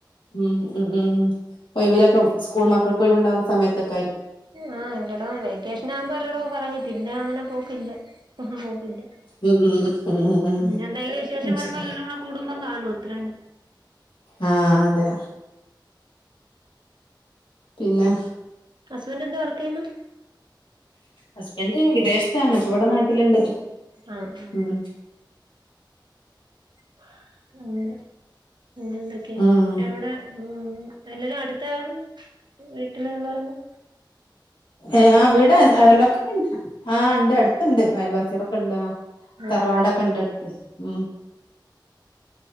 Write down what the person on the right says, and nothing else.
ആഹ് ഇല്ലട വെക്കേഷനാവുമ്പോ എല്ല ടേം കറങ്ങി പിന്നങ്ങനെ പോ ക്കില്ല. ഇല്ല.
പിന്നെന്തായാലും വിശേഷം
വരുമ്പം
എല്ലാരും കൂടി കൂടുമ്പം കാണും എത്രാലും
ഹസ്ബൻ്റെന്താ വർക്കെയ്യുന്നേ?
ആഹ് ആഹ്.
<unintelligible> പിന്നെ എന്തൊക്കെയാ?
എവടാ? മ്ഹ് എല്ലാരും അടുത്താ വീട്ടിലുള്ളവരൊക്കെ?
കുടുംബക്കാരൊക്കെ
ആഹ്
ആഹ്